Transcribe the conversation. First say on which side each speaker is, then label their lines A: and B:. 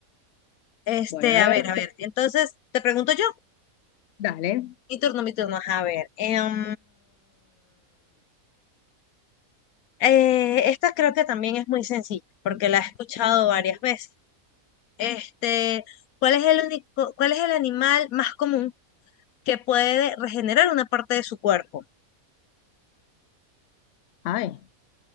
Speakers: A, on the left; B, on the left.
A: este,
B: Bueno, a
A: a
B: ver,
A: ver, a ver.
B: te-
A: Entonces, te pregunto yo,
B: dale.
A: mi turno, mi turno. Ajá, A ver. em, eh, esta creo que también es muy sencilla, porque la he escuchado varias veces. Este, ¿cuál es el único, cuál es el animal más común que puede regenerar una parte de su cuerpo?
B: Ay,